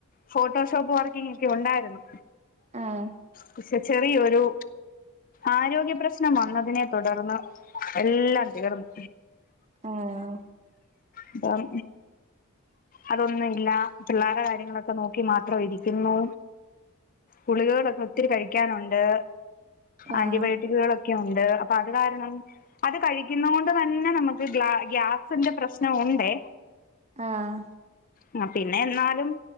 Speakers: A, on the left; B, on the right.
A: ഫോട്ടോഷോപ്പ് വർക്കിങ് ഒക്കെ ഉണ്ടായിരുന്നു
B: ആഹ്
A: പക്ഷെ ചെറിയ ഒരു ആരോഗ്യ പ്ര്രശ്നം വന്നതിനെ തുടർന്ന് എല്ലാം തീർന്നു
B: ആഹ
A: അപ്പം അതൊന്നും ഇല്ല പിള്ളേരുടെ കാര്യങ്ങളൊക്കെ നോക്കി മാത്രം ഇരിക്കുന്നു ഗളികകളൊക്കെ ഒത്തിരി കഴിക്കാനുണ്ട്
B: ആഹ്
A: ആന്റിബയോട്ടിക്കുകളൊക്കെ ഉണ്ട് അപ്പ അത് കാരണം അത് കഴിക്കുന്ന കൊണ്ട് തന്നെ നമുക്ക് ഗാ ഗ്യാസിന്റെ പ്രശ്നം ഉണ്ട്
B: ആഹ
A: അ പിന്നെ എന്നാലും